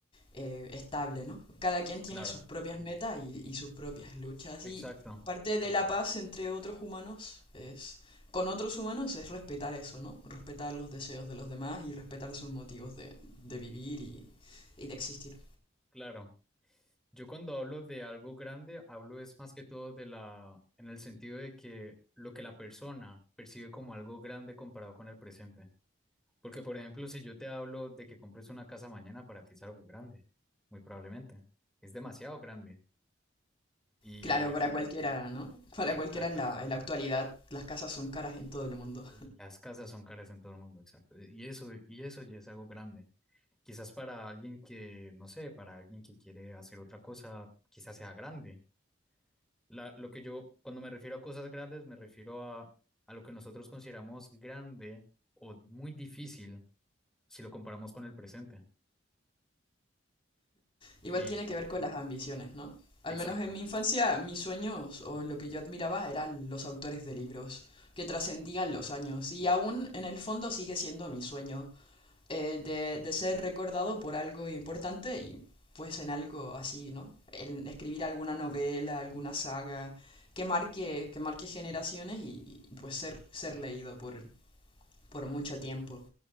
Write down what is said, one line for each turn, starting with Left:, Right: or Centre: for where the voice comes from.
Left: eh, estable, ¿no? Cada quien tiene
Centre: Claro,
Left: sus propias metas y, y sus propias luchas
Centre: exacto,
Left: y parte de la paz entre otros humanos es, con otros humanos es respetar eso, ¿no? Respetar los deseos de los demás y respetar sus motivos de, de vivir y y de existir.
Centre: claro. Yo cuando hablo de algo grande, hablo es más que todo de la, en el sentido de que lo que la persona percibe como algo grande comparado con el presente. Porque, por ejemplo, si yo te hablo de que compres una casa mañana, para ti es algo grande, muy probablemente. Es demasiado grande. Y
Left: Claro,
Centre: el hecho,
Left: para cualquiera, ¿no? Para
Centre: exacto.
Left: cualquiera en la, en la actualidad las casas son caras en todo el mundo.
Centre: Las casas son caras en todo el mundo, exacto. Y eso, y eso ya es algo grande. Quizás para alguien que, no sé, para alguien que quiere hacer otra cosa, quizás sea grande. La- lo que yo, cuando me refiero a cosas grandes, me refiero a, a lo que nosotros consideramos grande o muy difícil si lo comparamos con el presente.
Left: Igual
Centre: Y
Left: tiene que ver con las ambiciones, ¿no? Al
Centre: exacto.
Left: menos en mi infancia, mis sueños o lo que yo admiraba eran los autores de libros que trascendían los años y aún en el fondo sigue siendo mi sueño eh, de, de ser recordado por algo importante y pues en algo así, ¿no? En escribir alguna novela, alguna saga que marque, que marque generaciones y, y, pues ser, ser leído por, por mucho tiempo.